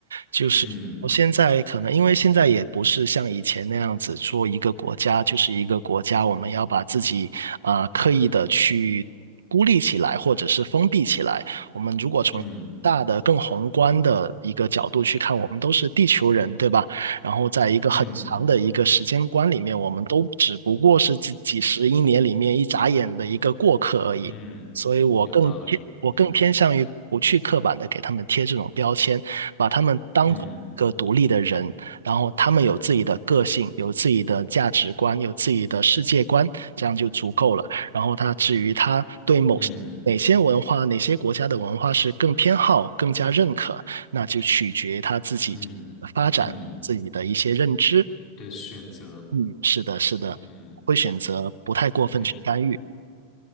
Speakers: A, on the right (about 70°); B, on the left (about 45°).
A: 就是我现在可能因为现在也不是像以前那样子做一个国家就是一个国家，
B: 嗯
A: 我们要把自己啊、呃刻意的去孤立起来或者是封闭起来。我们如果从大的、
B: 嗯
A: 更宏观的一个角度去看，我们都是地球人，对吧？然后在一个很长的一个时间观里面，
B: 嗯
A: 我们都只不过是几几十亿年里面一眨眼的一个过客而已。
B: 嗯，
A: 所以我更偏我更偏向于不去刻板的给他们贴这种标签，
B: 有道理。嗯
A: 把他们当做一个独立的人，
B: 嗯
A: 然后他们有自己的个性，有自己的价值观，有自己的世界观，这样就足够了。然后他至于他对某哪些文化、
B: 嗯
A: 哪些国家的文化是更偏好、更加认可，那就取决他自己
B: 嗯
A: 发展自己的一些认知。
B: 嗯的选择，
A: 嗯，是的，是的，
B: 嗯，
A: 会选择不太过分去干预。
B: 对。